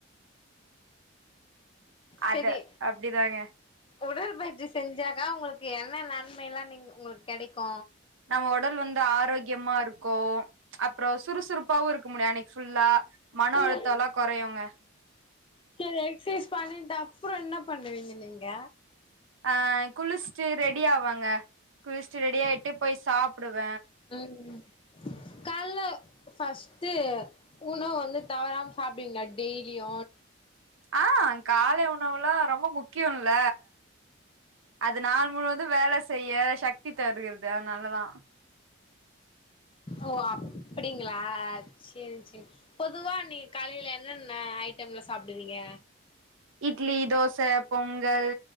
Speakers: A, on the right; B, on the left.
A: அது
B: சேரி
A: அப்டிதாங்க
B: உடற்பயிற்சி செஞ்சாக்கா ஒங்களுக்கு என்ன நன்மை எல்லா நீங்க ஒங்களுக்கு கெடைக்கு
A: நம்ம ஒடல் வந்து ஆரோக்யமா இருக்கு அப்றோ சுறுசுறுப்பாவு இருக் முடியு அன்னக் ஃபுல்லா மன
B: புரில
A: அழுத்தோல்லா கொறையுங்க
B: சரி எக்சைஸ் பண்ணிட்டு அப்றோ என்ன பண்ணுவீங்க நீங்க
A: அ குளிச்ட்டு ரெடி ஆவங்க குளிச்டு ரெடி ஆய்ட்டு போயி சாப்டுவ
B: ம் கால்ல ஃபஸ்ட்ட் உணவ வந்து தவறாம சாப் டிங்களா டெய்லியு
A: ஆ கால உணவுலா ரொம்ப முக்கியோல்ல அது நாள் முழுவது வேல செய்ய சக்தி தருகிறது அதனாலதா
B: ஓ அப்டிங்களா சேரி சேரி பொதுவா நீன் காலேல என்னென்ன ஐட்டம்லா சாப்டுவீங்க
A: இட்லி தோச பொங்கல்